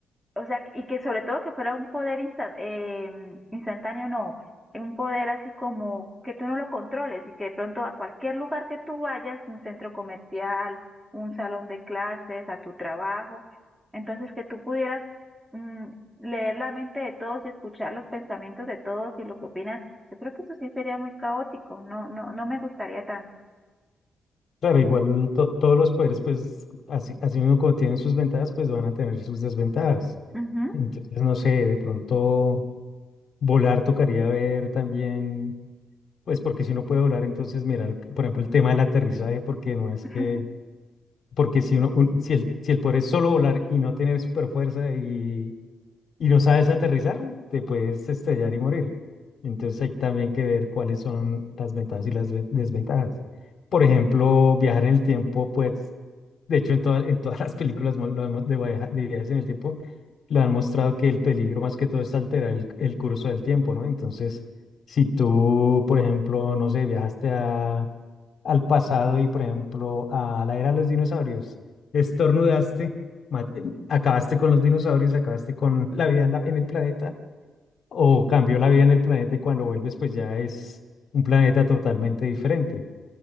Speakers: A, in the centre; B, on the left.
A: o sea, y que sobre todo que fuera un poder instan- eh, instantáneo, no, un poder así como que tú no lo controles y que de pronto a cualquier lugar que tú vayas, un centro comercial, un salón de clases, a tu trabajo, entonces que tú pudieras mm, leer la mente de todos y escuchar los pensamientos de todos y lo que opinan, yo creo que eso sí sería muy caótico, no, no, no me gustaría tanto.
B: Claro, igual to- todos los poderes, pues así, así mismo como tienen sus ventajas, pues van a tener sus desventajas.
A: Ujú.
B: Entonces, no sé, de pronto volar tocaría ver también, pues porque si uno puede volar, entonces mirar, por ejemplo, el tema del aterrizaje, porque no es
A: <laughs>
B: que, porque si uno, un- si el, si el poder es solo volar y no tener super fuerza y y no sabes aterrizar, te puedes estrellar y morir. Entonces hay también que ver cuáles son las ventajas y las ve- desventajas. Por ejemplo, viajar en el tiempo, pues, de hecho en, toda- en todas las películas mo- lo han de, viaja- de viajes en el tiempo, lo han mostrado que el peligro más que todo es alterar el, el curso del tiempo, ¿no? Entonces, si tú, por ejemplo, no sé, viajaste a, al pasado y, por ejemplo, a la era de los dinosaurios, estornudaste ma- acabaste con los dinosaurios, acabaste con la vida en, la- en el planeta, o cambió la vida en el planeta y cuando vuelves pues ya es un planeta totalmente diferente.